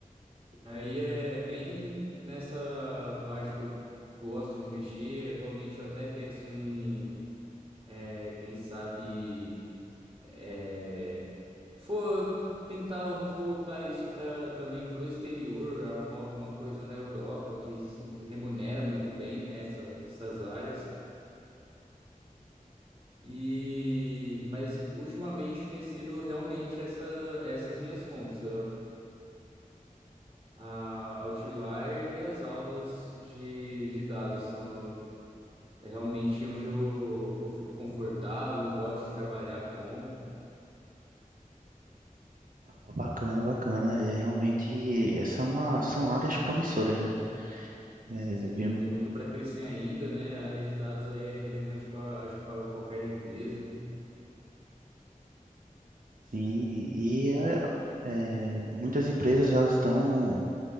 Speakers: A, on the right; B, on the right.
A: E aí é, é bem nessa parte que eu gosto de mexer. Atualmente eu até penso em, é, quem sabe É, For tentar voltar isso para também para o exterior, arrumar alguma coisa na Europa que se remunera muito bem, né, essa- essas áreas. E mas ultimamente tem sido realmente essa, essas minhas fontes, a, a Outlier e as aulas de, de dados são é realmente onde eu, eu fico confortável, gosto de trabalhar com.
B: Ah, Bacana, bacana. É realmente essa é uma, são áreas promissoras, né? É,
A: Sim,
B: vemos-
A: tem muito para crescer ainda, né? A área de dados aí é relevante para, acho que para qualquer empresa.
B: sim, e é, é, muitas empresas elas estão